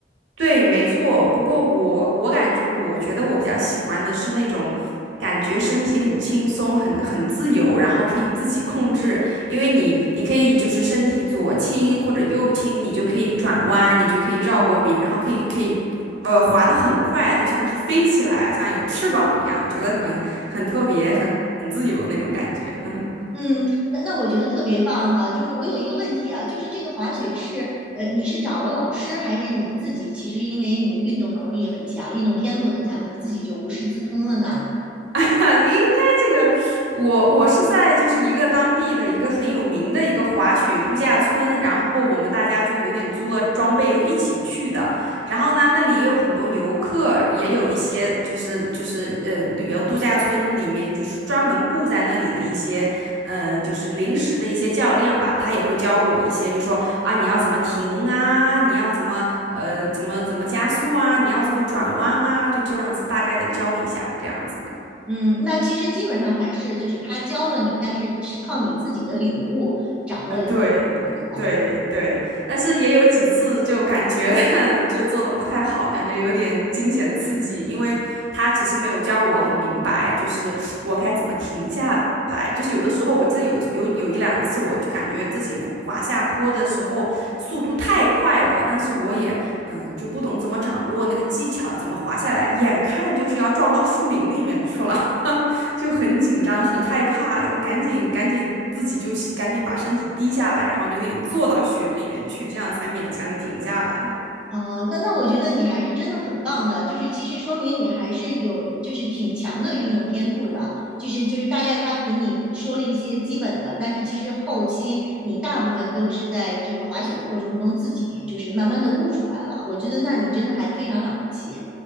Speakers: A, on the right; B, in the centre.
A: 对，没错。不过我我感觉，我觉得我比较喜欢的是那种感觉身体很轻松、很很自由，然后可以自己控制。因为你你可以就是身体左倾或者右倾，你就可以转弯，你就可以绕过别人，然后可以可以呃滑得很快，就像是飞起来，像有翅膀一样，觉得很很特别、很很自由的那种感觉。<laughs>
B: 嗯，那那我觉得特别棒哈。就是我有一个问题啊，就是这个滑雪是呃，你是找了老师，还是你自己？其实因为你的运动能力很强，运动天赋很强，你自己就无师自通了呢？
A: <laughs> 应该这个，我我是在就是一个当地的一个很有名的一个滑雪度假村，然后我们大家就有点租了装备都一起去的。然后呢，那里也有很多游客，也有一些就是就是呃旅游度假村里面就是专门雇在那里的一些呃就是临时的一些教练吧，他也会教我一些，就说啊你要怎么停啊，你要怎么呃怎么怎么加速啊，你要怎么转弯啊，就这样子大概的教一下这样子的。
B: 嗯，那其实基本上还是就是他教了你，但是是靠你自己的领悟掌握的技巧嘛对吧？
A: 呃，对，对，对，但是也有几次就感觉 <laughs> 就做的不太好，感觉有点惊险刺激，因为他其实没有教我很明白，就是我该怎么停下来。就是有的时候，我记得有的有有一两次，我就感觉自己滑下坡的时候速度太快了，但是我也嗯、呃就不懂怎么掌握那个技巧，怎么滑下来，眼看就是要撞到树林里面去了。<laughs> 就很紧张，很害怕，就赶紧赶紧自己就赶紧把身体低下来，然后有点坐到雪里面去，这样才勉强停下来。
B: 呃，那那我觉得你还是真的很棒的，就是其实说明你还是有就是挺强的运动天赋的，就是就是大概他给你说了一些基本的，但是其实后期你大部分都是在这个滑雪的过程中自己就是慢慢的悟出来了，我觉得那你真的还非常了不起。